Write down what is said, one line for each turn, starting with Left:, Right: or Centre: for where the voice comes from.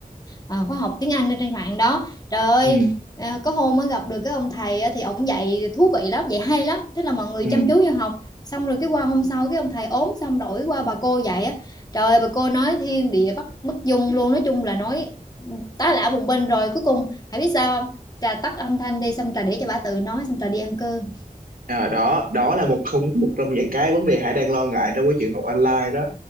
Left: à, khóa học tiếng Anh ở trên mạng đó. Trời ơi,
Right: ừ
Left: à, có hôm mới gặp được cái ông thầy á, thì ông dạy thú vị lắm, dạy hay lắm. Thế là mọi người
Right: ừ
Left: chăm chú vô học. Xong rồi cái qua hôm sau cái ông thầy ốm xong đổi qua bà cô dạy á. Trời ơi, bà cô nói thiên địa bất bất dung luôn, nói chung là nói tá lả bùng binh rồi cuối cùng hãy biết sao không? Trà tắt âm thanh đi xong trà để cho bà tự nói xong trà đi ăn cơm.
Right: à, đó đó là một không một trong những cái vấn đề Hải đang lo ngại trong cái chuyện học online đó